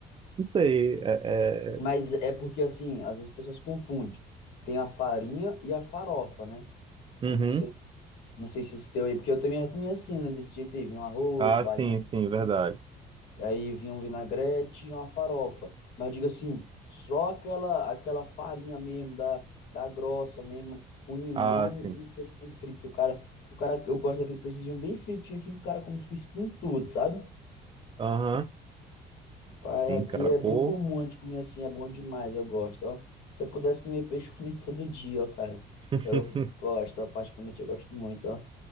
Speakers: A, on the right; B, on the left.
A: não sei, é,
B: Mas
A: é-
B: é porque, assim, às vezes as pessoas confundem. Tem a farinha e a farofa, né?
A: uhum.
B: Eu não sei, não sei se esse teu aí, porque eu também comia assim, né? Desse jeito aí, vinha um arroz,
A: Ah,
B: baiãozinho,
A: sim, sim, verdade.
B: aí vinha um vinagrete e uma farofa. Mas digo assim, só aquela aquela farinha mesmo, da, da grossa mesmo, com limão
A: Ah, sim.
B: e o peixinho frito. O cara, o cara, eu gosto daquele peixinho bem fritinho, assim, que o cara come com espinho tudo, sabe?
A: Aham,
B: Pai,
A: sim,
B: aqui
A: cara,
B: é
A: pô.
B: bem comum a gente comer assim, é bom demais, eu gosto, ó. Se eu pudesse comer peixe, eu comia <laughs> todo dia, ó, cara.
A: <laughs>
B: Eu gosto, ó, particularmente eu gosto muito, ó.